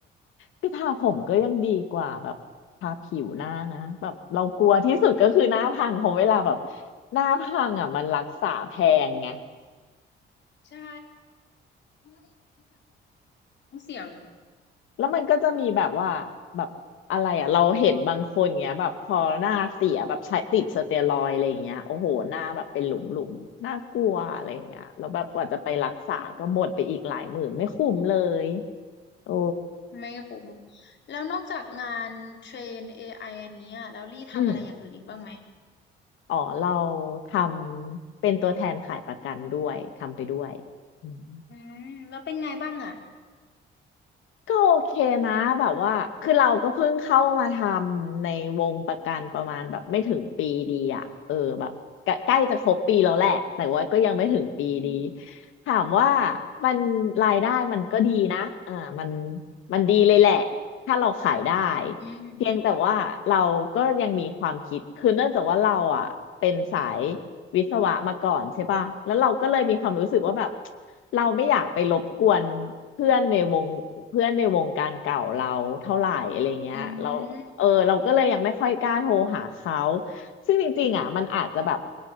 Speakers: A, on the left (about 85°); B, on the left (about 65°).
A: คือทาผมก็ยังดีกว่าแบบทาผิวหน้านะแบบเรากลัวที่สุดก็คือหน้าพังเพราะเวลาแบบหน้าพังอ่ะมันรักษาแพงไง
B: ใช่เพราะว่าอย่างที่ทาผมมันก็ไม่เสี่ยง
A: แล้วมันก็จะมีแบบว่าแบบอะไรอ่ะเราเห็นบางคนเงี้ยแบบพอหน้าเสียแบบใช้ติดสเตียรอยด์อะไรยเงี้ยโอ้โหหน้าแบบเป็นหลุมหลุมน่ากลัวอะไรอย่างเงี้ยแล้วแบบกว่าจะไปรักษาก็หมดไปอีกหลายหมื่นไม่คุ้มเลย
B: ใช่
A: โอ้
B: ไม่คุ้มแล้วนอกจากงานเทรน AI อไออันเนี้ยแล้วลี่ทำอะไรอย่างอื่นอีกบ้างไหม
A: อืมอ๋อเราทำเป็นตัวแทนขายประกันด้วยทำไปด้วยอืม
B: อืมแล้วเป็นไงบ้างอ่ะ
A: ก็โอเคนะแบบว่าคือเราก็เพิ่งเข้ามาทำในวงประกันประมาณแบบไม่ถึงปีดีอะเออแบบใกล้ใกล้จะครบปีแล้วแหละแต่ว่าก็ยังไม่ถึงปีดี
B: อืม
A: ถามว่ามันรายได้มันก็ดีนะอ่ามันมันดีเลยแหละถ้าเราขายได้
B: อืม
A: เพียงแต่ว่าเราก็ยังมีความคิดคือเนื่องจากว่าเราอ่ะเป็นสายวิศวะมาก่อนใช่ป่ะแล้วเราก็เลยมีความรู้สึกว่าแบบ เราไม่อยากไปรบกวนเพื่อนในวงเพื่อนในวงการเก่าเราเท่าไหร่อะไรเงี้ยเราเออเราก็เลยยังไม่ค่อยกล้าโทรหาเขา
B: อืม
A: ซึ่งจริงๆอ่ะมันอาจจะแบบ